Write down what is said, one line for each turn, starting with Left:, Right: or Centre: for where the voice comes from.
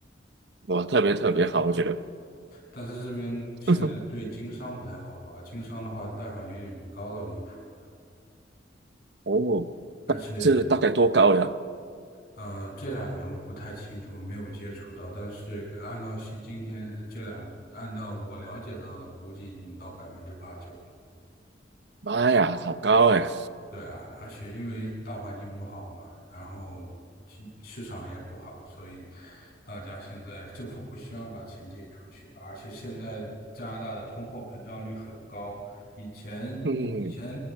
Right: 哇，特别特别好，我觉得。
Left: 但是这边现在对经商不太好吧？
Right: <laughs>
Left: 经商的话，贷款利率已经高到离谱了，
Right: 哦，
Left: 而且
Right: 这大概多高呀？
Left: 呃，这两年我不太清楚，没有接触到。但是呃按照现今天呃这两，按照我了解到的，估计已经到百分之八九了。
Right: 妈呀，好高哎！
Left: 对啊，而且因为大环境不好嘛，然后市市场也不好，所以大家现在政府不希望把钱借出去吧。而且现在加拿大的通货膨胀率很高，以前以前
Right: 嗯，